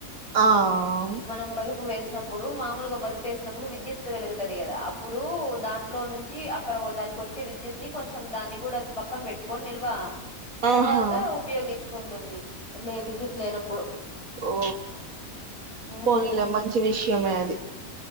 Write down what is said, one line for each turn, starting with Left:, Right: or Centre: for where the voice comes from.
Right: ఆవ్
Left: మనం బలుపు వేసినప్పుడు మాములుగా బలుపు వేసినప్పుడు విద్యుత్తు వెలుగుతది కదా అప్పుడు దాంట్లో నుంచి చి అక్కడ దానికి వచ్చే విద్యుత్ ని కొంచెం దాన్ని కూడా పక్కన పెట్టుకొని నిల్వా
Right: ఆహా
Left: తర్వాత ఉపయోగిచ్చుకుంటుంది లే విద్యుత్ లేనప్పుడు
Right: ఓ
Left: ఉమ్
Right: పోనీలే మంచి విషయమే అది